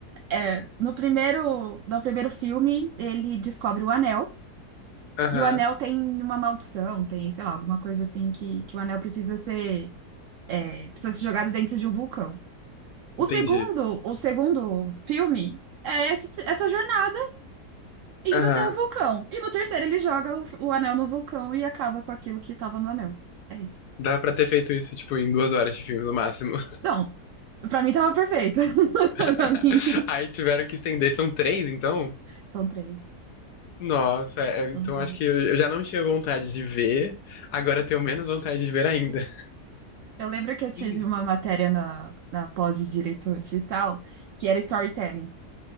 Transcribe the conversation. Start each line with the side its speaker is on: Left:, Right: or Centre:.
Right: É, no primeiro, no primeiro filme, ele descobre o anel.
Left: Aham,
Right: E o anel tem uma maldição, tem, sei lá, alguma coisa assim que, que o anel precisa ser, é, precisa ser jogado dentro de um vulcão. O
Left: entendi.
Right: segundo, o segundo filme é esse- essa jornada indo
Left: Aham.
Right: até o vulcão. E no terceiro ele joga o, o anel no vulcão e acaba com aquilo que tava no anel. É isso.
Left: Dá pra ter feito isso, tipo, em duas horas de filme no máximo.
Right: Não, pra mim tava perfeito. <laughs>
Left: <laughs>
Right: Pra mim,
Left: Aí tiveram que estender, são três, então?
Right: são três.
Left: Nossa, é, então
Right: Completo.
Left: acho que eu, eu já não tinha vontade de ver, agora eu tenho menos vontade de ver ainda.
Right: Eu lembro que eu tive
Left: <laughs>
Right: uma matéria na, na pós de Direito Digital que era storytelling.